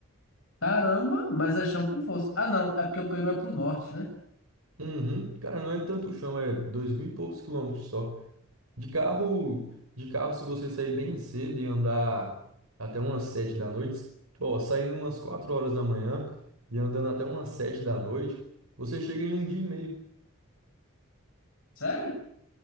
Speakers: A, on the left; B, on the right.
A: Caramba, mas é chão com força. Ah, não, é porque o Peru é pro norte, né?
B: Uhum. Cara, não é tanto o chão, é dois mil e poucos quilômetros só. De carro, de carro, se você sair bem cedo e andar até umas sete da noite, ó, saindo umas quatro horas da manhã e andando até umas sete da noite, você chega em um dia e meio.
A: Sério?